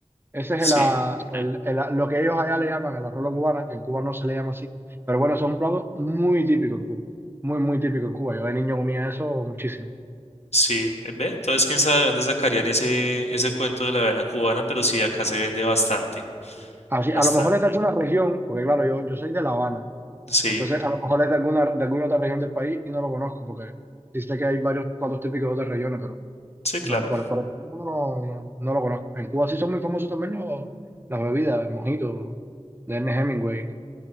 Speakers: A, on the right; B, on the left.
A: Ese
B: sí,
A: es el, ah, el- el, ah, lo que ellos allá le llaman el arroz a la cubana, que en Cuba no se le llama así. Pero bueno, eso es un plato muy típico en Cuba. Muy, muy típico en Cuba. Yo de niño comía eso muchísimo.
B: sí, eh, ve. Entonces, quién sabe de dónde sacarían ese, ese cuento de la avena cubana, pero sí, acá se vende bastante,
A: Así,
B: bastante.
A: a lo mejor es de alguna región, porque claro, yo, yo soy de La Habana.
B: Sí,
A: Entonces, a lo mejor es de alguna, de alguna otra región del país y no lo conozco, porque sí sé que hay varios platos típicos de otras regiones, pero
B: sí, claro,
A: No, por, por eso no, lo no- no lo conozco. En Cuba sí son muy famosos también los, las bebidas, el mojito de Ernest Hemingway.